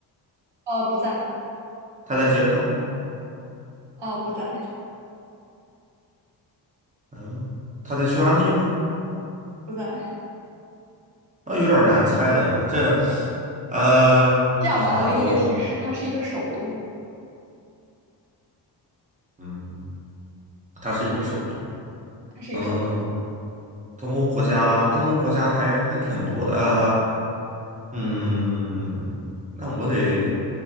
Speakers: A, on the right; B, on the right.
A: 呃，不在，
B: 它在捷克吗？
A: 呃，不在，
B: 嗯，它在匈牙利吗？
A: 不在。
B: 那有点难猜了呀。这，呃，
A: 这样吧，
B: 那我想想，
A: 我给你一个提示，
B: 东欧，
A: 它是一个首都，
B: 嗯，它是一个首都，
A: 它是一个首都，
B: 嗯，东欧国家，东欧国家还还挺多的，呃，嗯，那我得，